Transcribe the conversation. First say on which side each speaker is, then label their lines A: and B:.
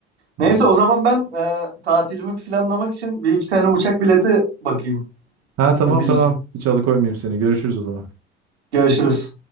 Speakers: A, on the right; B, on the right.
A: Aynen.
B: Neyse o zaman ben e, tatilimi planlamak için bir iki tane uçak bileti bakayım.
A: Ha tamam
B: Bu bir
A: tamam.
B: iki.
A: Hiç alıkoymayayım seni. Görüşürüz o zaman.
B: Görüşürüz.